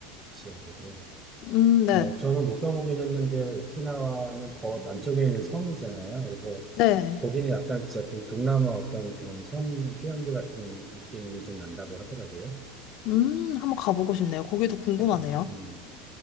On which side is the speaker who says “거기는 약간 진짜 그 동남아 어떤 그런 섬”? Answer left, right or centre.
Right